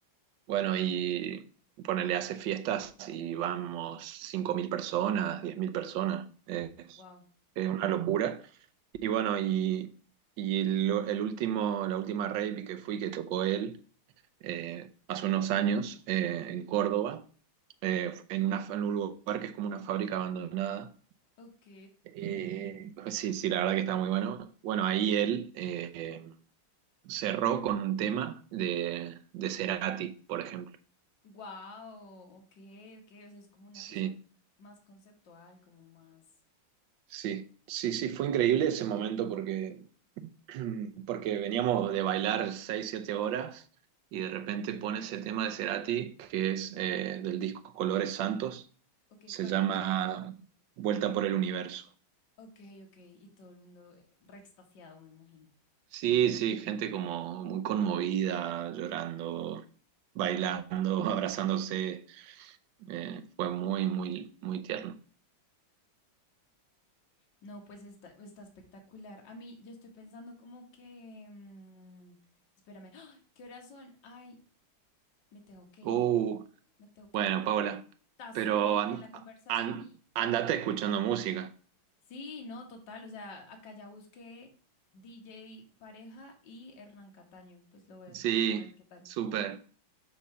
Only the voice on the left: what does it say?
wow,
ok.
Wow, ok, ok, o sea, es como una
cosa más conceptual, como más.
Sí, sí.
Ok,
¿cuál?
Y-
ok, ok, y todo el mundo eh, re extasiado, me imagino.
No, pues está, está espectacular. A mí, yo estoy pensando como que. mm, espérame, ¡Ah! ¿qué horas son? Ay, me tengo que
ir. Me tengo que
ir. pero
Está
súper metida
en la conversación
Sí, no, total, o sea, acá ya busqué DJ Pareja y Hernán Cataño, pues lo voy a
escuchar a ver qué tal.